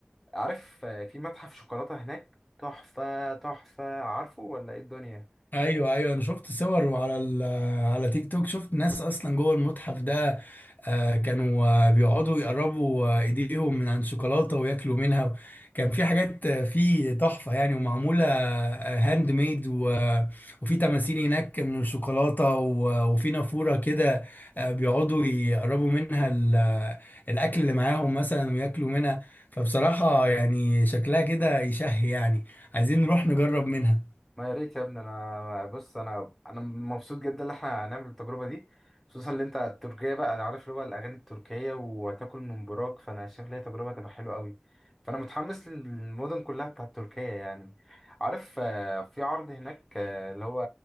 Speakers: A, in the centre; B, on the left.
A: عارف آه، في متحف شوكولاتة هناك تحفة تحفة عارفه ولا ايه الدنيا
B: ايوه ايوه انا شفت صور وعلى ال- آه، على تيك توك شفت ناس اصلا جوه المتحف ده آه، كانوا آه، بيقعدوا يقربوا آه، ايديهم من عن شوكولاته وياكلوا منها كان في حاجات آه، في تحفه يعني ومعموله هاند ميد وفي تماثيل هناك من الشوكولاته و- وفي نافوره كده آه، بيقعدوا يقربوا منها ال- آه، الاكل اللي معاهم مثلا وياكلوا منها فبصراحه يعني شكلها كده يشهي يعني عايزين نروح نجرب منها
A: ما يا ريت يا ابني انا بص انا انا مبسوط جدا ان احنا هنعمل التجربة دي خصوصا ان انت التركية بقى انا عارف اللي هو الاغاني التركية وهتاكل من براك فانا شايف ان هي تجربة تبقى حلوة قوي فانا متحمس للمدن كلها بتاعت تركيا يعني عارف آه، في عرض هناك آه، اللي هو